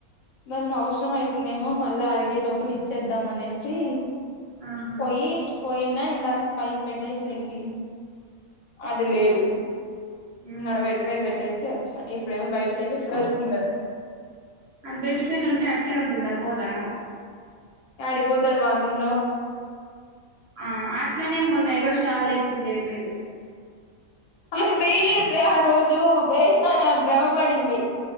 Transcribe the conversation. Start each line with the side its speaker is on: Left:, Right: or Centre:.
Left: దానిక్ అవసరం అయితుందేమో మళ్ళా అడిగే లోపల్ ఇచ్చేద్దాం అనేసి
Right: ఆహా
Left: పోయి పోయిన్న ఇందాక్ పైక్ పెట్టేసేకీ అది లేదు
Right: మ్మ్
Left: నే ఆడ బెడ్ మీద పె ట్టేసి వచ్చా ఇప్పుడేమో బయటికెళ్ళి ఇప్పుడే వచ్చింద
Right: అద్ బెడ్ పైనుంటే అట్లే ఉంటుందా పోదా?
Left: యాడిక్ పోతది బాత్రూమ్లో
Right: ఆ అట్లనే మొన్న ఐదో షాల్ ఎక్కిందే మీరు
Left: అది బేయలేదువే ఆ రోజు బేసిన అన్ అద్ భ్రమ పడింది.